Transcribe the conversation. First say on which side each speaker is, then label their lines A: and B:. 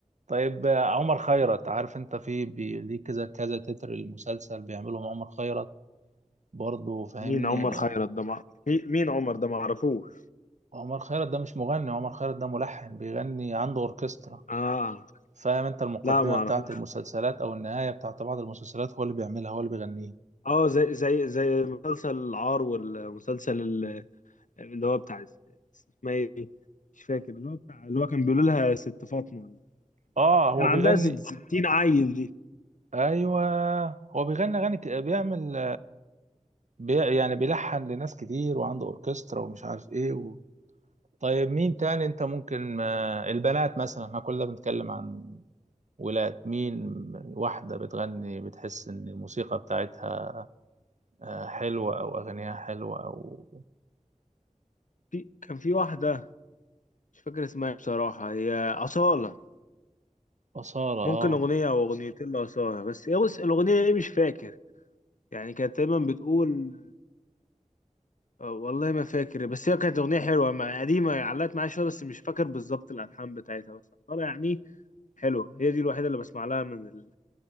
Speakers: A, on the right (about 65°); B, on the left (about 80°).
A: طيب آه، عمر خيرت عارف انت في بي- ليه كذا كذا تتر المسلسل بيعملهم عمر خيرت برضه فاهمني
B: مين عمر خيرت ده مع... مين عمر ده ما اعرفوش
A: عمر خيرت ده مش مغني عمر خيرت ده ملحن بيغني عنده اوركسترا
B: اه
A: فاهم انت المقدمه
B: لا ما
A: بتاعت
B: اعرفوش
A: المسلسلات او النهايه بتاعت بعض المسلسلات هو اللي بيعملها هو اللي بيغنيها
B: اه زي زي زي مسلسل العار والمسلسل ال- اللي هو بتاع اس- اسمها ايه دي؟ مش فاكر اللي هو بتاع اللي هو كان بيقولوا لها ست فاطمة
A: اه هو
B: كان عندها
A: بيغني
B: ست- 60 عيل دي
A: ايوه هو بيغني اغاني ك- بيعمل بي يعني بيلحن لناس كتير وعنده اوركسترا ومش عارف ايه و... طيب مين تاني انت ممكن آه، البنات مثلا احنا كلنا بنتكلم عن ولاد مين واحدة بتغني بتحس ان الموسيقى بتاعتها آه، حلوة او اغانيها حلوة او
B: في كان في واحدة مش فاكر اسمها ايه بصراحة هي أصالة
A: أصالة اه
B: ممكن أغنية أو أغنيتين لأصالة بس هي بص الأغنية إيه مش فاكر يعني كانت دايما بتقول آه، والله ما فاكر بس هي كانت أغنية حلوة ما- قديمة علقت معايا شوية بس مش فاكر بالظبط الألحان بتاعتها بس أصالة يعني حلو هي دي الوحيدة اللي بسمع لها من